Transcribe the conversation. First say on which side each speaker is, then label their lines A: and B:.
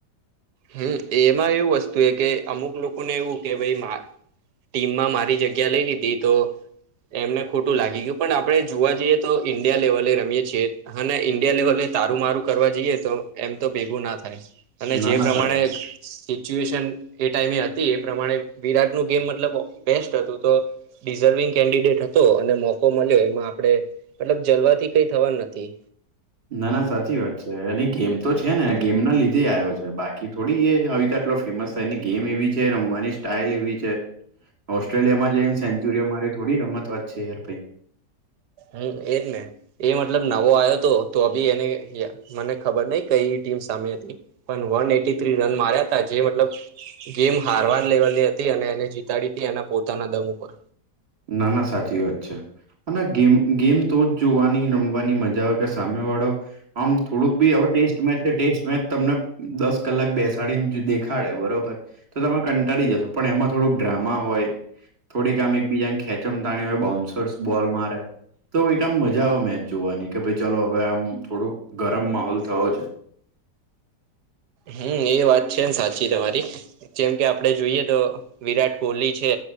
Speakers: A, on the right; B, on the right.
A: હમ એમાં એવું વસ્તુ એ કે અમુક લોકોને એવું કે ભાઈ મા ટીમમાં મારી જગ્યા લઈ લીધી તો એમને ખોટું લાગી ગયું પણ આપડણે જોવા જઈએ તો ઈન્ડિયા લેવલે રમીએ છી. હા ઈન્ડિયા લેવલે તારું મારુ કરવા જઈએે, તો એમ તો ભેગું ના થાય. અને
B: ના
A: જે
B: ના.
A: પ્રમાણે
B: સર
A: સિચ્યુએશન એ ટાઈમે હતી એ પ્રમાણે વિરાટનુંું ગેમ મતલબ બેસ્ટ હતું તો. ડિઝર્વિંગ કેન્ડિડેટ હતો અને મોકો મળ્યો એમાં આપે મતલબ જલવાથી કઈ થવા નથી.
B: ના ના સાચી વાત છે એ ગેમ તો છે ને ગેમ ના લીધે આવ્યો છે, બાકી થોડી એ હવે તો આટલો ફેમસ થાય એની ગેમ એવી છે રમવાની સ્ટાઈલ એવી છે. ઓસ્ટ્રેલિયા માં જઈને સેન્ચુરીઓ મારી થોડી રમતવાત છે, યાર ભાઈ.
A: હમ એજ ને એ મતલબ નવો આવ્યો હતો તો અી એને મને ખબર ન કઈ ટીમ સામે હતી. પણ વન એટી થ્રી રન માર્યા ત જે મતલબ ગેમ હારવાની લેવાલી હતી અને એને જીતાડી હતી એના પોતાના દમ ઉપર
B: ના ના સાચી વાત છે, અને ગેમ ગેમ તો જ જોવાનીમ ની મજા આવે કે સામે વાળો આમ થોડુંક બી હ ટેસ્ટ મેચ છે ટેસ્ટ મેચ તમને દસ કલાક બેસાડીને દેખાડે બરોબર તો તમે કંટાળી જશો પણ એમાં થોડુંક ડ્રામા હોય થોડીક આમ એકબીજા ખેચમ તાણી હોય બાઉન્સર્સ બોલ મારે. તો એકઈ આમ મજા આવે મેચ જોવાની કે ભાઈ ચાલો હવે આમ થોડોક ગરમ માહોલ થયો છે.
A: હમ્મ એ વાત છેમ સાચી તમારી જેમ કે. આપે જોઈએ તો વિરાટ કોહલી છે,